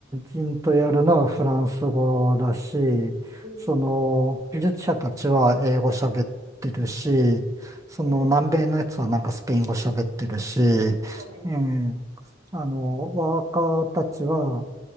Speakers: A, on the right; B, on the right.
A: 人とやるのはフランス語だし、
B: うん、
A: その、技術者たちは英語喋ってるし、その、
B: うん、
A: 南米のやつはなんかスペイン語喋ってるし、え
B: はい。
A: えあの、ワーカーたちは